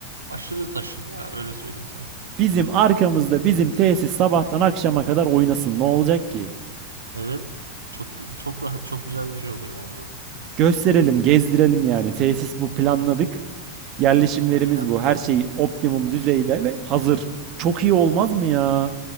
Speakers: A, on the right; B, on the right.
A: aşırı taşır ya. Öyle söyleyeyim sana.
B: Bizim arkamızda bizim tesis sabahtan akşama kadar oynasın. Ne olacak ki?
A: Evet. Çok çok rahat çok güzel bir şey olur yani bu.
B: Gösterelim, gezdirelim yani. Tesis bu planladık. Yerleşimlerimiz
A: Aynen.
B: bu. Her şey optimum düzeyde ve hazır. Çok iyi olmaz mı ya?